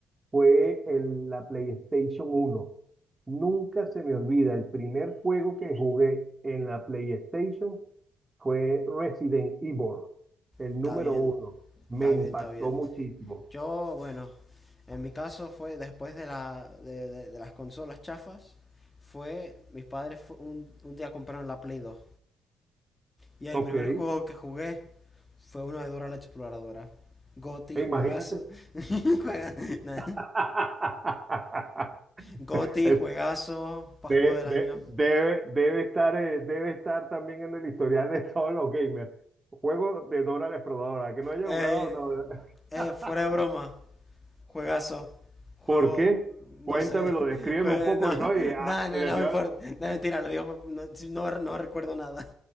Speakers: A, on the right; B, on the left.
A: fue el- la PlayStation uno Nunca se me olvida, el primer juego que jugué en la PlayStation fue Resident Evil, el
B: está
A: número
B: bien,
A: uno. Me
B: está
A: impactó
B: bien, está bien.
A: muchísimo.
B: Yo, bueno, en mi caso fue después de, la, de, de- de las consolas chafas, fue, mis padres fu- un, un día compraron la Play 2. Y el
A: Ok,
B: primer
A: e
B: juego que jugué fue uno de Dora la Exploradora. Goti, juegazo.
A: imagínate.
B: <laughs> Juega- na-
A: <laughs>
B: Goti,
A: Es-
B: juegazo, para
A: de-
B: juego del
A: de-
B: año.
A: debe, debe estar, eh, debe estar también en el historial de todos los gamers. Juego de Dora la Exploradora. Que no haya
B: Eh,
A: jugado, no.
B: eh,
A: <laughs>
B: fuera de broma, juegazo, juego,
A: ¿Por qué?
B: no
A: Cuéntamelo,
B: sé,
A: descríbeme
B: <laughs> juega,
A: un poco.
B: no,
A: Y no, y, ah,
B: no, no,
A: y le
B: no
A: te-
B: me importa, no mentira, lo digo, por- no, si- no, no recuerdo nada,